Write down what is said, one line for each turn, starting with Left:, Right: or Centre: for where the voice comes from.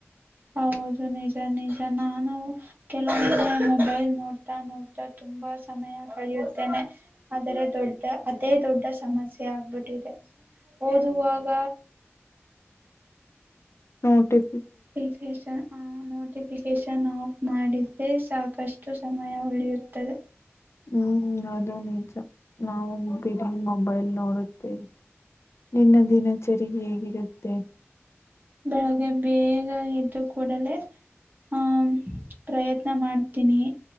Right: ಹೌದು ನಿಜ ನಿಜ ನಾನು ಕೆಲವೊಮ್ಮೆ ಮೊಬೈಲ್ ನೋಡ್ತಾ ನೋಡ್ತಾ ತು ತುಂಬಾ ಸಮಯ ಕಳೆಯುತ್ತೇನೆ. ಆದರೆ ದೊಡ್ಡ ಅದೇ ದೊಡ್ಡ ಸಮಸ್ಯೆ ಆಗ್ಬಿಟ್ಟಿದೆ. ಓದುವಾಗ
Left: ನೋಟಿಫ್
Right: ಫಿಕೇಷನ್ ನೋಟಿಫಿಕೇಶನ್ ಆಫ್ ಮಾಡಿದ್ದೇ ಸಾಕಷ್ಟು ಸಮಯ ಉಳಿಯುತ್ತದೆ.
Left: ಹ್ಮ್ ಅದು ನಿಜ ನಾವು ಬರಿ ಮೊಬೈಲ್ ನೋಡ ತಿನಿ ನಿನ್ನ ದಿನಚರಿ ಹೇಗಿರತ್ತೆ?
Right: ಬೆಳಗ್ಗೆ ಬೇಗ ಎದ್ದು ಕೂಡಲೇ ಹ ಪ್ರಯತ್ನ ಮಾಡ್ತೀನಿ